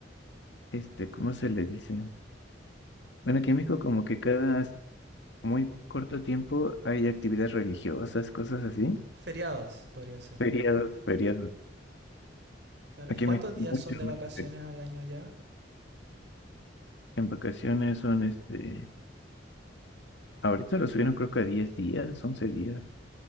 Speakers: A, on the left; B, on the right.
A: este, ¿cómo se le dice? Bueno, aquí en México como que cada muy corto tiempo hay actividades religiosas, cosas así.
B: Feriados podría ser.
A: Feriados, feriados.
B: Claro,
A: Aquí
B: ¿y cuántos
A: en México muchos,
B: días son de
A: muchos.
B: vacaciones al año ya?
A: En vacaciones son este. Ahorita lo subieron creo que a 10 días, 11 días.